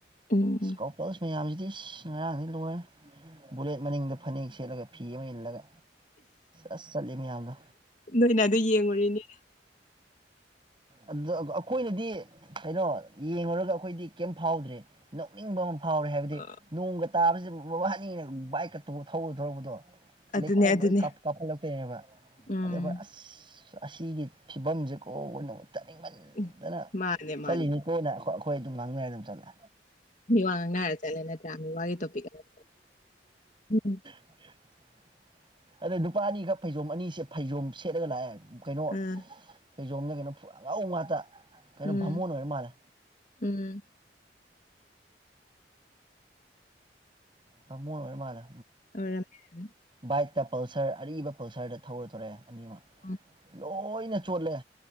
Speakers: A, on the left; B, on the right.
A: ꯎꯝ
B: ꯏꯁ ꯀꯄꯜꯁ ꯃꯌꯥꯝꯁꯤꯗꯤ ꯉꯔꯥꯡꯗꯤ ꯂꯣꯏꯔꯦ ꯕꯨꯂꯦꯠ ꯃꯅꯤꯡꯗ ꯐꯅꯦꯛ ꯁꯦꯠꯂꯒ ꯐꯤ ꯑꯃ ꯏꯜꯂꯒ ꯑꯁ ꯆꯠꯂꯤ ꯃꯌꯥꯝꯗꯣ
A: ꯅꯣꯏꯅ ꯑꯗꯨ ꯌꯦꯡꯉꯨꯔꯤꯅꯤ
B: ꯑꯗꯨ ꯑꯩꯈꯣꯏꯅꯗꯤ ꯀꯩꯅꯣ ꯌꯦꯡꯉꯨꯔꯒ ꯑꯩꯈꯣꯏꯗꯤ ꯀꯩꯝ ꯐꯥꯎꯗ꯭ꯔꯦ ꯅꯣꯛꯅꯤꯡꯕ ꯑꯃ ꯐꯥꯎꯔꯦ ꯍꯥꯏꯕꯗꯤ
A: ꯑ,
B: ꯅꯣꯡꯒ ꯇꯥꯕꯁꯤ ꯃꯕꯥꯅꯤꯅ ꯕꯥꯏꯛꯀ ꯇꯣꯉ ꯊꯧꯕꯨ ꯊꯧꯔꯛꯄꯗꯣ
A: ꯑꯗꯨꯅꯦ
B: ꯂꯩꯈꯣꯝ
A: ꯑꯗꯨꯅꯦ
B: ꯂꯣꯏ ꯀꯥꯞ ꯀꯥꯞꯈꯠꯂꯛꯇꯣꯏꯅꯦꯕ
A: ꯎꯝ
B: ꯑꯗꯩ ꯑꯩꯈꯣꯏ ꯑꯁ ꯑꯁꯤꯒꯤ ꯐꯤꯕꯝꯁꯦ ꯀꯣ ꯑꯣꯏꯅ ꯆꯠꯅꯤꯡꯃꯟꯗꯅ
A: ꯎꯝ ꯃꯥꯅꯦ ꯃꯥꯅꯦ
B: ꯆꯠꯂꯤꯅꯤꯀꯣꯅ ꯑꯩꯈꯣꯏ ꯑꯩꯈꯣꯏ ꯑꯗꯨꯝ ꯉꯥꯡꯅꯔ ꯑꯗꯨꯝ ꯆꯠꯂꯦ
A: ꯃꯤ ꯋꯥ ꯉꯥꯡꯅꯔ ꯆꯠꯂꯦ ꯅꯠꯇ꯭ꯔꯥ ꯃꯤ ꯋꯥꯒꯤ ꯇꯣꯄꯤꯛ ꯑꯃ ꯎꯝ
B: <inaudible> ꯑꯗ ꯅꯨꯄꯥ ꯑꯅꯤꯈꯛ ꯐꯩꯖꯣꯝ ꯑꯅꯤꯁꯦ ꯐꯩꯖꯣꯝ ꯁꯦꯠꯂꯒ ꯂꯥꯛꯑꯦ ꯀꯩꯅꯣ
A: ꯑꯥ
B: ꯐꯩꯖꯣꯝꯂ ꯀꯩꯅꯣ ꯑꯉꯧ ꯉꯥꯛꯇ ꯀꯩꯅꯣ
A: ꯎꯝ
B: ꯚꯥꯃꯣꯟ ꯑꯣꯏꯔ ꯃꯥꯜꯂꯦ
A: ꯎꯝ
B: ꯕꯥꯃꯣꯟ ꯑꯣꯏꯔ ꯃꯥꯂꯦ
A: ꯑꯣꯏꯔꯝꯅꯤ
B: ꯕꯥꯏꯛꯇ ꯄꯜꯁꯔ ꯑꯔꯤꯕ ꯄꯜꯁꯔꯗ ꯊꯧꯔ ꯊꯣꯔꯛꯑꯦ ꯑꯅꯤꯃꯛ
A: ꯎꯝ
B: ꯂꯣꯏꯅ ꯆꯣꯠꯂꯦ